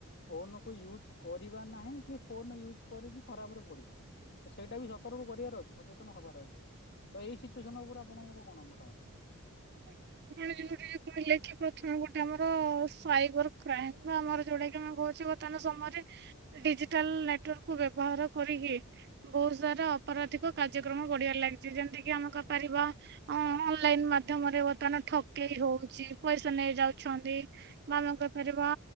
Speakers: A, on the left; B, on the right.
A: ଫୋନ କୁ ୟୁଜ କରିବା ନାହିଁ କି ଫୋନ ୟୁଜ କରିକି ଖରାପ ରେ ପଡିବ ତ ସେଇଟା ବି ସ ତରୁ କରିବାର ଅଛି ସଚେତନ ହବାର ଅଛି ତ ଏଇ ସିଚୁଏସନ ଉପରେ ଆପଣଙ୍କର କଣ ମତାମତ ଅଛି
B: <unintelligible> କହିଲେ କି ପ୍ରଥମେ ଗୋଟେ ଆମର ସାଇବର କ୍ରାଇମ ବା ଆମର ଯୋଉଟା କି ଆମେ କହୁଛେ ବର୍ତ୍ତମାନ୍ ସମୟରେ ଡିଜିଟାଲ ନେଟୱାର୍କ କୁ ବ୍ୟବହାର କରିିକି ବହୁତ ସାରା ଅପରାଧିକ କାର୍ଯ୍ୟକ୍ରମ ବଢିବାରେ ଲାଗିଛି ଯେମିତି କିି ଆମେ କହିପାରିବା ହଁ ଅନ୍ଲାଇନ୍ ମା ଧାମରେ ବର୍ତ୍ତମାନ ଠକେଇ ହଉଛି ପଇସା ନେଇ ଯାଉଛନ୍ତି ବା ଆମେ କହିପାରିବା